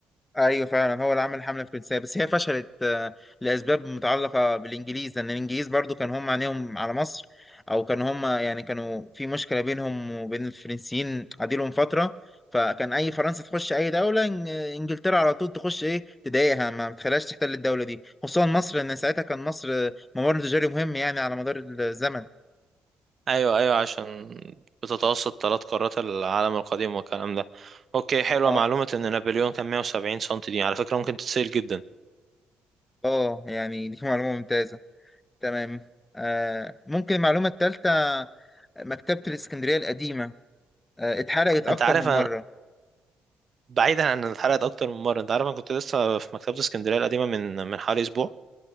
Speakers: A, on the left (about 20°); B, on the right (about 50°).
A: أيوه فعلا هو اللي عمل الحملة الفرنسية بس هي فشلت آه، لأسباب متعلقة بالإنجليز لأن الإنجليز برضو كان هم عينيهم على مصر أو كان هم يعني كانوا في مشكلة بينهم وبين الفرنسيين عديلهم فترة فكان أي فرنسا تخش أي دولة إن- إنجلترا على طول تخش إيه تضايقها ما بتخليهاش تحتل الدولة دي خصوصا مصر لأن ساعتها كان مصر آه، ممر تجاري مهم يعني على مدار الزمن
B: ايوه ايوه عشان بتتوسط ثلاث قارات العالم القديم والكلام ده اوكي حلوة
A: اه
B: معلومة ان نابليون كان 170 سم دي على فكرة ممكن تتسأل جدا
A: اه يعني دي معلومة ممتازة تمام آه ممكن المعلومة الثالثة مكتبة الإسكندرية القديمة آه اتحرقت أكتر
B: انت عارف
A: من
B: انا
A: مرة
B: بعيدا عن ان اتحرقت اكتر من مره انت عارف انا كنت لسه في مكتبه اسكندريه القديمه من من حوالي اسبوع